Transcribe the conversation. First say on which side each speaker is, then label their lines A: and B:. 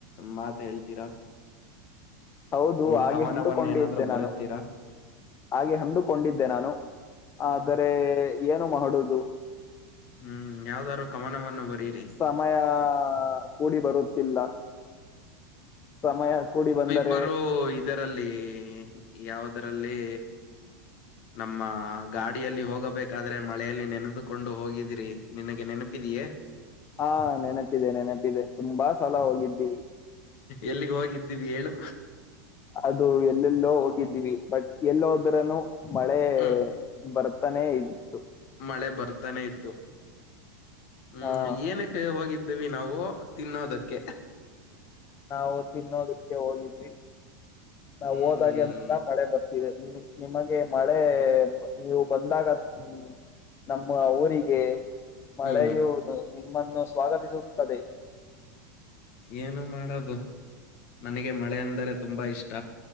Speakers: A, on the left; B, on the left.
A: ಮಾತ ಹೇಳ್ತೀರಾ
B: ಹೌದು
A: ಒಂದು
B: ಹಾಗೆ
A: ಕವನವನ್ನ
B: ಹಂದುಕೊಂಡಿದ್ದೆ
A: ಏನಾದ್ರು ಬರುತ್ತೀರಾ
B: ನಾನು ಹಾಗೆ ಅಂದುಕೊಂಡಿದ್ದೆ ನಾನು ಆದರೆ ಏನು ಮಾಡುವುದು
A: ಹ್ಮ್ ಯಾವ್ದಾದ್ರು ಕವನವನ್ನ ಬರೀರಿ
B: ಸಮಯ ಕೂಡಿ ಬರುತ್ತೆ ತಿಲ್ಲ ಸಮಯ ಕೂಡಿ ಬಂದರೆ
A: ಇಬ್ಬರು ಇದರಲ್ಲಿ ಯ ಯಾವುದ್ರಲ್ಲಿ ನಮ್ಮ ಗಾಡಿಯಲ್ಲಿ ಹೋಗಬೇಕಾದ್ರೆ ಮಳೆಯಲ್ಲಿ ನೆನೆದುಕೊಂಡು ಹೋಗಿದ್ರಿ ನಿನಗೆ ನೆನಪಿದಯೇ
B: ಹಾ ನೆನಪಿದೆ ನೆನಪಿದೆ ತುಂಬಾ ಸಲ ಹೋಗಿದ್ದೀವಿ
A: ಎಲ್ಲಿಗ್ ಹೋಗಿದ್ದೀವಿ ಹೇಳು
B: ಅದು ಎಲ್ಲೆಲ್ಲೋ ಹೋಗಿದ್ದೀವಿ ಬಟ್ ಎಲ್ಲ ನ್ನು ಮಳೆ
A: ಹ್ಮ್
B: ಬರುತ್ತ ಬರತಾನೇ ಇತ್ತು.
A: ಮಳೆ ಬರ್ತಾನೆ ಇತ್ತು. ಹ್ಮ್
B: ಹಾ
A: ಏನಕ್ಕೆ ಹೋಗಿದ್ದ. ಇದವಿ ನಾವು ತಿನ್ನೋದಕ್ಕೆ
B: ನಾವು ತಿನ್ನೋದಕ್ಕೆ ಹೋಗಿದ್ವಿ. ನಾ
A: ಹ್ಮ್
B: ಹೋದಾಗೆ ಎಲ್ಲ ಮಳೆ ಬರ್ತಿದೆ. ನಿಮಗೆ ಮಾಡ ಹೇ ನೀವು ಬಂದಾಗ ಹ್ಮ್ ನಮ್ಮ ಊರಿಗೆ ಮಳೆ
A: ಹ್ಮ್
B: ಹೌದು ನಮ್ಮನ್ನು ಸ್ವಾಗತಿಸುತ್ತದೆ.
A: ಏನು ಮಾಡೋದು ನನಗೆ ಮಳೆ ಅಂದರೆ ತುಂಬಾ ಇಷ್ಟ.